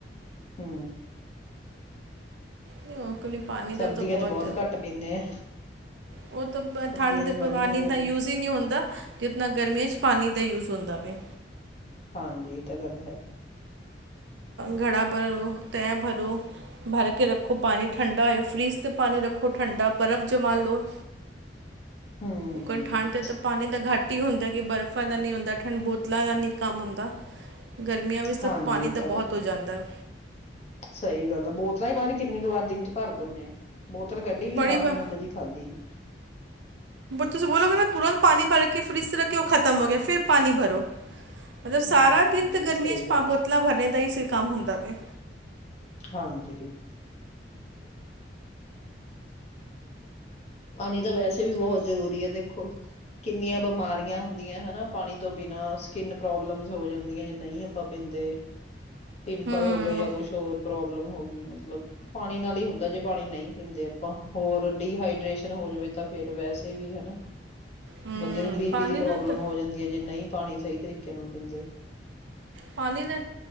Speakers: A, on the left; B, on the right.
A: ਹੂੰ
B: ਨਹੀਂ ਉਹ ਕੁ ਪਾਣੀ ਦਾ
A: ਸਰਦੀਆਂ
B: ਤਾਂ ਬਹੁਤ
A: 'ਚ ਘੱਟ ਪੀਂਦੇ ਆ
B: ਉਹ ਤਾਂ
A: ਸਰਦੀਆਂ
B: ਠੰਡ ਦੇ
A: 'ਚ ਮਨ
B: ਪਾਣੀ
A: ਹੀ ਨਹੀਂ ਕਰਦਾ
B: ਇਨਾ ਯੂਜ ਹੀ ਨਹੀਂ ਹੁੰਦਾ ਜਤਨਾ ਗਰਮੀਆਂ 'ਚ ਪਾਣੀ ਦਾ ਯੂਜ ਹੁੰਦਾ ਵਵੇ
A: ਹਾਂਜੀ ਇਹ ਤਾਂ ਗੱਲ ਹੈ
B: ਘੜਾ ਭਰੋ ਤੈ ਭਰੋ ਭਰ ਕੇ ਰੱਖੋ ਪਾਣੀ ਠੰਡਾ ਹੋਇ ਫ੍ਰੀਜ਼ ਤੇ ਪਾਣੀ ਰੱਖੋ ਠੰਡਾ ਬਰਫ਼ ਜਮ ਲ ਲੋ
A: ਹੂੰ
B: ਉਹ ਠੰਡ ਤੇ ਤਾਂ ਪਾਣੀ ਦਾ ਘੱਟ ਹੁੰਦਾ ਕਿ ਬਰਫ਼ਾਂ ਦਾ ਨਹੀ ਹੁੰਦਾ ਠੰਡ ਬੋਤਲਾਂ ਦਾ ਨਹੀਂ ਕੰਮ ਹੁੰਦਾ ਗਰਮੀਆਂ ਵਿੱਚ ਤਾਂ
A: ਹਾਂਜੀ
B: ਪਾਣੀ
A: ਇਹ
B: ਤਾਂ ਬਹੁਤ
A: ਹੈ
B: ਹੋ ਜਾਂਦਾ
A: ਸਹੀ ਗੱਲ ਆ ਬੋਤਲਾਂ ਹੀ ਪਤਾ ਨੀ ਕਿੰਨੀ ਕੁ ਵਾਰ ਦਿਨ ਚ ਭਰ ਦਨੇ ਆ ਬੋਤਲ ਕੱਢੀ ਨਹੀਂ
B: ਬੜੀ
A: ਨਾਲ
B: ਵ
A: ਦੀ ਨਾਲ ਜਦੀ ਖਾਧੀ ਨੇ
B: ਤੁਸੀਂ ਬੋਲੋਗੇ ਨਾ ਤੁਰੰਤ ਪਾਣੀ ਭਰ ਕੇ ਰ ਫਰਿਜ਼ ਰੱਖ ਉਹ ਖਤਮ ਹੋ ਗਿਆ ਫਿਰ ਪਾਣੀ ਭਰੋ ਮਤਲਬ ਸਾਰਾ
A: ਹੂੰ,
B: ਦਿਨ ਤੇ ਗਰਮੀਆਂ
A: ਸਹੀ
B: ਚ
A: ਗੱਲ
B: ਬੋਤਲਾਂ
A: ਹੈ,
B: ਭਰਨ ਦਾ ਹੀ ਸ ਕੰਮ ਹੁੰਦਾ ਨੇ
A: ਹਾਂਜੀ ਪਾਣੀ ਤਾਂ ਵੈਸੇ ਵੀ ਬਹੁਤ ਜ਼ਰੂਰੀ ਆ ਦੇਖੋ ਕਿੰਨੀਆਂ ਬਿਮਾਰੀਆਂ ਹੁੰਦੀਆਂ ਹਨਾ ਪਾਣੀ ਤੋਂ ਬਿਨਾ ਸਕਿਨ ਪ੍ਰੋਬਲਮ ਹੋ ਜਾਂਦੀਆਂ ਜੇ ਨਹੀਂ ਆਪਾਂ ਪੀਂਦੇ ਪਿੰਪਲ
B: ਹੂੰ
A: ਹੋ ਗਏ ਜਾਂ ਕੁਛ ਹੋਰ ਪ੍ਰੋਬਲਮ ਹੋ ਗਈ ਮਤਲਬ ਪਾਣੀ ਨਾਲ ਹੀ ਹੁੰਦਾ ਜੇ ਪਾਣੀ ਨਹੀਂ ਪੀਂਦੇ ਆਪਾਂ ਹੋਰ ਡੀਹਾਈਡੇਸ਼ਨ ਹੋ ਜਾਵੇ ਤਾਂ ਫੇਰ ਵੈਸੇ ਵੀ ਹਨਾ
B: ਹੂੰ
A: ਬੰਦੇ ਨੂੰ ਬੀ
B: ਪਾਣੀ
A: ਪੀ ਦੀ ਪ੍ਰੋਬਲਮ
B: ਨਾਲ ਤਾਂ
A: ਹੋ ਜਾਂਦੀ ਹੈ ਜੇ ਨਹੀਂ ਪਾਣੀ ਸਹੀ ਤਰੀਕੇ ਨਾਲ ਪੀਂਦੇ
B: ਪਾਣੀ ਦਾ